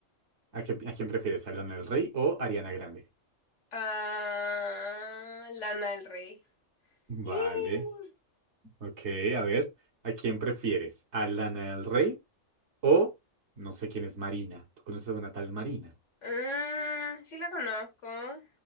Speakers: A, on the right; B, on the left.
A: ¿A, qué- a quién prefieres? ¿A Lana del Rey o Ariana Grande?
B: Ah, Lana del Rey.
A: Vale.
B: Ih,
A: Ok, a ver, ¿a quién prefieres? ¿A Lana del Rey o no sé quién es Marina? ¿Tú conoces a una tal Marina?
B: mm, sí la conozco.